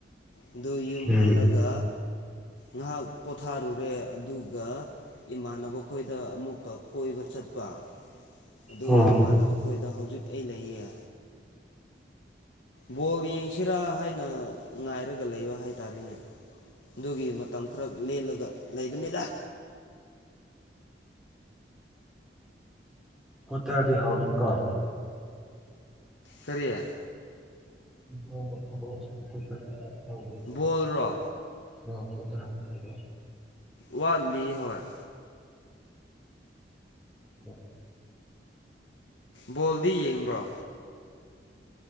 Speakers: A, on the left (about 85°); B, in the centre.
A: ꯑꯗꫭ ꯌꯨꯝ
B: ꯎꯝ
A: ꯍꯜꯂꯒꯥ ꯉꯥꯏꯍꯥꯛ ꯄꯣꯊꯥꯔꯨꯔꯦ ꯑꯗꯨꯒꯥ ꯏꯃꯥꯟꯅꯕ ꯈꯣꯏꯗꯥ ꯑꯃꯨꯛꯀ ꯀꯣꯏꯕ ꯆꯠꯄꯥ꯫ ꯑꯗꫭ
B: ꯑꯣ
A: ꯏꯃꯥꯟꯅꯕ ꯈꯣꯏꯗꯥ ꯍꯧꯖꯤꯛ ꯑꯩ ꯂꯩꯌꯦ꯫ ꯕꯣꯜ ꯌꯦꯡꯁꯤꯔꯥꯅ ꯍꯥꯏꯅ ꯉꯥꯏꯔꯒ ꯂꯩꯕꯥ ꯍꯥꯏꯇꯥꯔꯅꯦ꯫ ꯑꯗꯨꯒꯤ ꯃꯇꯝ ꯈꯔꯛ ꯂꯦꯜꯂꯒꯥ ꯂꯩꯕꯅꯤꯗꯥ꯫
B: ꯀꯠꯇ ꯍꯥꯏꯔꯗꯤ ꯍꯥꯎꯗ꯭ꯔꯤ ꯀꯣ <unintelligible>
A: ꯀꯔꯔꯤ
B: ꯍ ꯍ ꯁꯀꯠꯇ <unintelligible> <inaudible>
A: ꯕꯣꯜꯕꯨꯔꯣ
B: ꯇꯔꯥ ꯃꯊꫭꯏ ꯇꯥꯕ ꯁꯨꯗꯥꯏꯗꯩ
A: ꯋꯥꯠꯂꯤꯗ ꯍꯣꯏꯏ
B: ꯑꯣ <unintelligible> <inaudible>
A: ꯕꯣꯜꯗꯨ ꯌꯦꯡꯕ꯭ꯔꯣ??